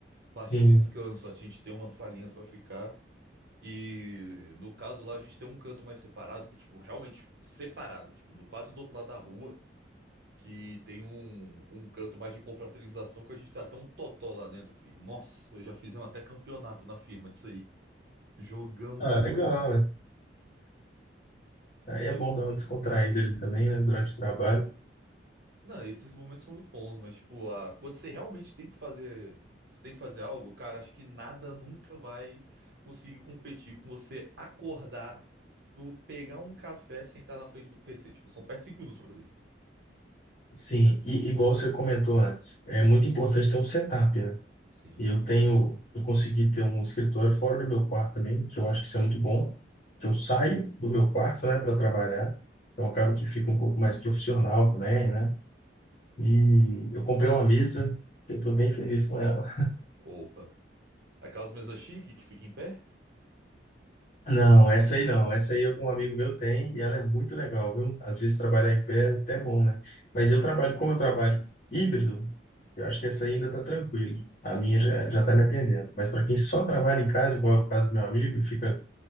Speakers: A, on the right; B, on the left.
A: parte
B: Sim.
A: de descanso, a gente tem umas salinhas pra ficar. E no caso lá a gente tem um canto mais separado, que é tipo realmente separado, tipo do quase do outro lado da rua, que tem um, um canto mais de confraternização que a gente tá até um totó lá dentro, filho. Nossa, eu já fizemos até campeonato na firma disso aí. Jogamos
B: Ah,
A: muito.
B: legal, né? Aí
A: De
B: é bom dar uma descontraída ali também, né, durante o trabalho.
A: Não, esses momentos são muito bons, mas tipo, a- quando você realmente tem que fazer, tem que fazer algo, cara, acho que nada nunca vai conseguir competir com você acordar, tu pegar um café, sentar na frente do PC. Tipo, são perto de 5 minutos pra fazer isso.
B: Sim, e igual você comentou antes, é muito importante ter um setup, né?
A: Sim.
B: Eu tenho, eu consegui ter um escritório fora do meu quarto também, que eu acho que isso é muito bom, que eu saio do meu quarto, né, para trabalhar, então acaba que fica um pouco mais profissional também, né? E eu comprei uma mesa, eu estou bem feliz com ela.
A: Opa. Aquelas mesas chique que fica em pé?
B: Não, essa aí não. Essa aí um amigo meu tem e ela é muito legal, viu? Às vezes trabalhar em pé é até bom, né? Mas eu trabalho, como eu trabalho híbrido, eu acho que essa aí ainda tá tranquila. A minha já, já tá me atendendo. Mas para quem só trabalha em casa, igual é o caso do meu amigo, e fica